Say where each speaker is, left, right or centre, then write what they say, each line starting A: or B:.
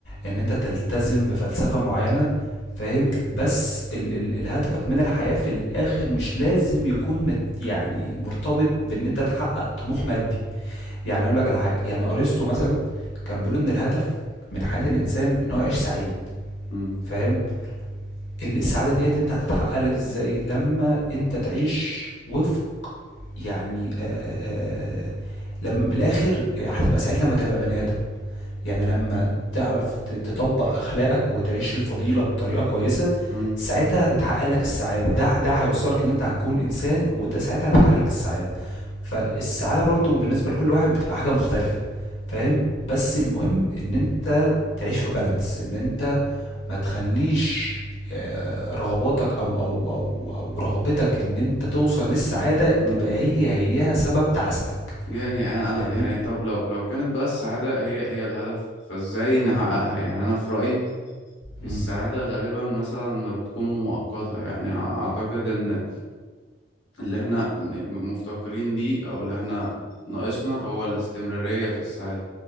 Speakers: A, on the left; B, on the left.
A: إن أنت تلتزم بفلسفة معيّنة، فاهم؟ بس ال ال الهدف من الحياة في الآخر مش لازم يكون مت يعني مرتبط بإن أنت تحقق طموح مادي، يعني أقول لك على حاجة، يعني أرسطو مثلًا كان بيقول إن الهدف من حياة الإنسان إن هو يعيش سعيد،
B: امم
A: فاهم؟ ال السعادة ديّة أنت هتتحقق لك إزاي؟ لمّا أنت تعيش وفق يعني آآ آآ لم من الآخر هتبقى سعيد لمّا تبقى بني آدم، يعني لمّا تعرف ت تطبّق أخلاقك وتعيش الفضيلة بطريقة كويسة،
B: امم
A: ساعتها هتتحقق لك السعادة، ده ه ده هيوصّلك إن أنت هتكون إنسان وده ساعتها هيتحقق لك السعادة، فالسعادة برضه بالنسبة لكل واحد بتبقى حاجة مختلفة، فاهم؟ بس المهم إن أنت تعيش في balance إن أنت ما تخليش آه، رغباتك او او او او رغبتك ان انت توصل للسعاده
B: امم
A: تبقى هي هيها سبب تعاستك
B: يعني انا
A: فاهمني
B: أنا- يعني طب لو لو كانت بقى السعاده هي هي الهدف فازاي نحققها يعني انا في رايي
A: مم.
B: السعاده غالبا مثلا ما بتكون مؤقته يعني اعتقد ان اللي احنا م- م- مفتقرين ليه او اللي احنا ناقصنا هو الاستمراريه في السعاده